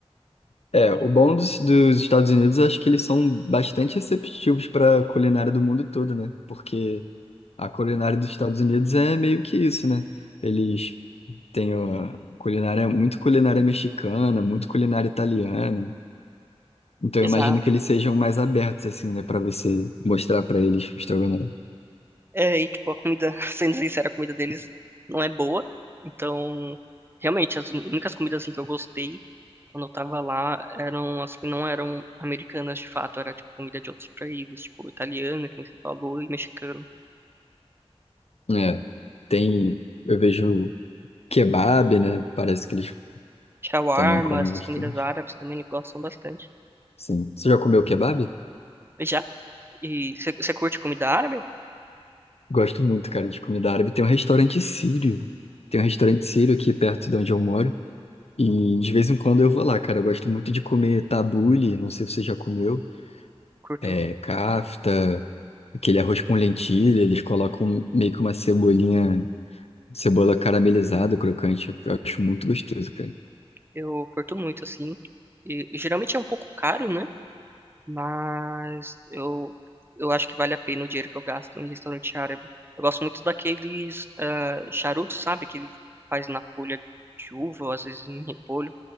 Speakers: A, on the left; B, on the right.
A: É,
B: E-
A: o bom dos, dos Estados Unidos, eu acho que eles são bastante receptivos para a culinária do mundo todo, né? Porque a culinária dos Estados Unidos é meio que isso, né? Eles têm ó, culinária, muito culinária mexicana, muito culinária italiana. Então
B: Exato.
A: eu imagino que eles sejam mais abertos, assim, né? Para você mostrar para eles o estrogonofe.
B: É, e, tipo, a comida, <laughs> sendo sincero, a comida deles não é boa, então, realmente, as únicas comidas, assim, que eu gostei Quando eu tava lá, eram as que não eram americanas de fato, era tipo comida de outros países, tipo italiana, que nem você falou, e mexicana.
A: É, tem, eu vejo kebab, né? Parece que eles
B: Shawarma,
A: também comem
B: essas
A: bastante.
B: comidas árabes também eles gostam bastante.
A: Sim. Você já comeu kebab?
B: Já? E você curte comida árabe?
A: Gosto muito, cara, de comida árabe. Tem um restaurante sírio. Tem um restaurante sírio aqui perto de onde eu moro. E de vez em quando eu vou lá, cara. Eu gosto muito de comer tabule, não sei se você já comeu.
B: Curto.
A: É, kafta, aquele arroz com lentilha. Eles colocam meio que uma cebolinha, cebola caramelizada, crocante. Eu acho muito gostoso, cara.
B: Eu curto muito, assim. E geralmente é um pouco caro, né? Mas eu, eu acho que vale a pena o dinheiro que eu gasto em restaurante árabe. Eu gosto muito daqueles ah, charutos, sabe? Que ele faz na folha de uva, ou às vezes em repolho.